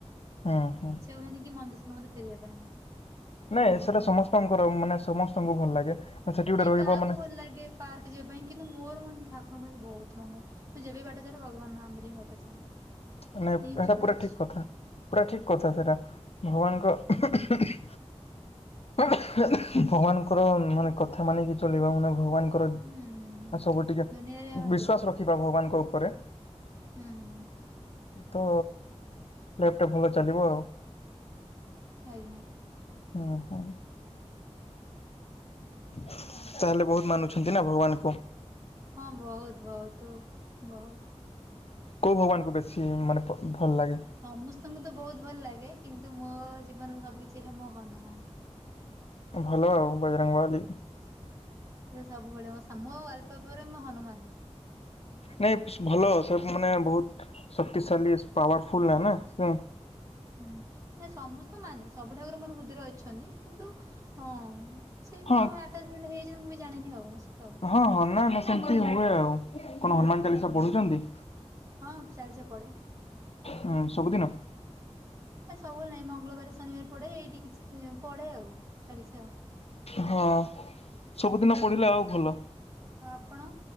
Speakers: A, on the left; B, on the right.
A: ହୁଁ ହୁଁ
B: ଇଛା ହୁଏନି କି ମନ୍ଦିର ସ୍ଥାନ ଫେରିବା ପାଇଁ।
A: ନାଇଁ
B: ବହୁତ
A: ସେଟା
B: ଭଲ
A: ସମସ୍ତଙ୍କର
B: ଲାଗେ।
A: ମାନେ ସମସ୍ତଙ୍କୁ ଭଲ ଲାଗେ। ସେଠି ଗୋଟେ
B: ନାଇଁ
A: ରହିବ
B: କାହାକୁ
A: ମାନେ
B: ଭଲ ଲାଗେ ପାର୍କ ଯିବା ପାଇଁ କିନ୍ତୁ ମୋର ମାନେ ଠାକୁରଙ୍କ ବହୁତ ମାନେ। ମୁଁ ଯେବେ ବି ବାଟ ଚାଲ ଭଗବାନ ନା ଧରି ହି ବାଟ ଚାଲେ।
A: ମାନେ
B: ସେ
A: ଏଇଟା
B: ହିଁ ସବୁ
A: ପୁରା
B: କିଛି
A: ଠିକ କଥା। ପୁରା ଠିକ କଥା ସେଇଟା ଭଗବାନଙ୍କ ଭଗବାନଙ୍କର ମାନେ କଥା ମାନିକି ଚଲିବା ମାନେ ଭଗବାନଙ୍କ।
B: ହୁଁ ହୁଁ
A: ସବୁ ଟିକେ
B: ଦୁନିଆରେ ଆଜ୍ଞା।
A: ବିଶ୍ଵାସ ରଖିବା ଭଗବାନଙ୍କ ଉପରେ
B: ହୁଁ ହୁଁ।
A: ତ ଲ୍ୟାପଟପ୍ ଭଲ ଚାଲିବ ଆଉ।
B: ଆଜ୍ଞା।
A: ହଁ ହଁ। ତାହେଲେ ବହୁତ ମାନୁଛନ୍ତି ନାଁ ଭଗବାନଙ୍କୁ?
B: ହଁ ବହୁତ ବହୁତ ବହୁତ।
A: କୋଉ ଭଗବାନଙ୍କୁ ବେଶୀ ମାନେ ଭ ଭଲ ଲାଗେ?
B: ସମସ୍ତଙ୍କୁ ତ ବହୁତ ଭଲ ଲାଗେ କିନ୍ତୁ ମୋ ଜୀବନର ସବୁ କିିଛି ହେଲା ମୋ ହନୁମାନ।
A: ଭଲ ଆଉ ବଜରଙ୍ଗବାଲି।
B: ସେ ସବୁବେଳେ ମୋ ସାମୁ ଅଳ୍ପ ପରେ ମୁଁ ହନୁମାନ।
A: ନାଇଁ ସ ଭଲ ସେ ମାନେ ବହୁତ ଶକ୍ତିଶାଳୀ ପାୱାର ଫୁଲ୍ ନାଁ ନାଁ।
B: ହୁଁ ନାଇଁ ସମସ୍ତଙ୍କୁ ମାନେ ସବୁ ଠାକୁରଙ୍କୁ ମୋର ହୃଦୟରେ ଅଛନ୍ତି। କିନ୍ତୁ ହଁ ସେ
A: ହଁ
B: କଣ ପାଇଁ ଆଟାଚମେଣ୍ଟ୍ ହେଇଛନ୍ତି ମୁଁ ବି ଜାଣିନି ଆଉ ସେ
A: ହଁ ହଁ ନାଁ ନାଁ ସେମିତି ହୁଏ ଆଉ କଣ ହନୁମାନ ଚାଳିଶା ପଢୁଛନ୍ତି?
B: ହଁ ଚାଳିଶା ପଢେ।
A: ହୁଁ ସବୁଦିନ?
B: ଏ ସବୁବେଳେ ନାଇଁ ମଙ୍ଗଳବାରେ ଶନିବାରେ ପଢେ ଏଇଠି କିଛି ଦିନି ହବ ପଢେ ଆଉ ଚାଳିଶା ଆଉ।
A: ହଁ ସବୁଦିନ ପଢିଲେ ଆଉ ଭଲ।
B: ଆପଣ